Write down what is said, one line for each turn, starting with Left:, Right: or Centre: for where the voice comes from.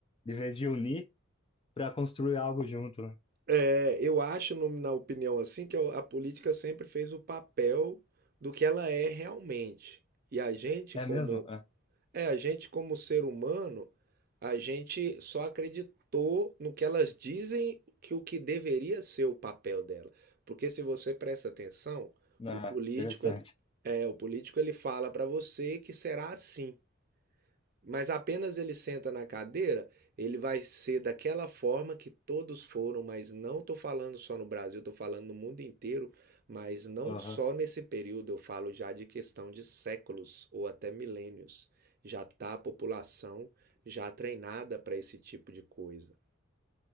Left: de vez de unir para construir algo junto. né?
Right: É, eu acho, no- na opinião assim, que a política sempre fez o papel do que ela é realmente. E a gente,
Left: É
Right: como
Left: mesmo? Ah,
Right: é, a gente como ser humano, a gente só acreditou no que elas dizem que o que deveria ser o papel dela. Porque se você presta atenção,
Left: ah,
Right: o político,
Left: interessante.
Right: ele- é, o político ele fala para você que será assim. Mas apenas ele senta na cadeira, ele vai ser daquela forma que todos foram, mas não estou falando só no Brasil, estou falando no mundo inteiro, mas não
Left: Aham,
Right: só nesse período, eu falo já de questão de séculos ou até milênios. Já está a população já treinada para esse tipo de coisa.